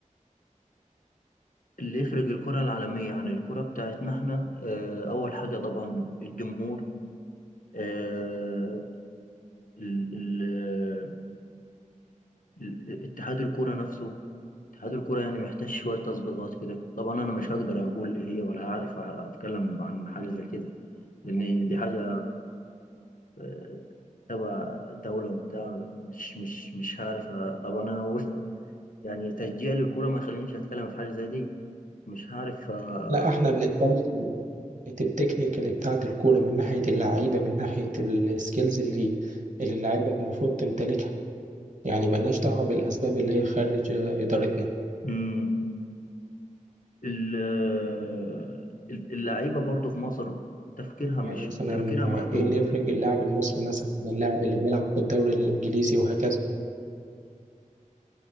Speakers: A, on the left; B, on the right.
A: اللي يفرق الكرة العالمية عن الكرة بتاعتنا احنا آه، أول حاجة طبعا الجمهور آه، ال- ال- ال- اتحاد الكرة نفسه اتحاد الكرة يعني محتاج شوية تظبيطات كده طبعا أنا مش هقدر أقول إيه هي ولا هعرف أتكلم عن حاجة زي كده لأن دي حاجة آه، تبع دولة وبتاع مش مش مش هعرف أ- طبعا أنا وس- يعني تشجيع للكورة ما يخلينيش أتكلم في حاجة زي دي مش هعرف آه،
B: لا احنا بنتكلم من ناحية التكنيك اللي بتاعت الكورة من ناحية اللعيبة من ناحية السكيلز اللي اللي اللعيبة المفروض تمتلكها يعني ملناش دعوة بالأسباب اللي هي خارج آه، إدارتنا
A: مم. ال- آه، ال- اللعيبة برضو في مصر تفكيرها
B: يعني
A: مش
B: مثلا
A: تفكيرها محدود
B: آه، ايه اللي يفرق اللاعب المصري مثلا من اللاعب اللي بيلعب في الدوري الإنجليزي وهكذا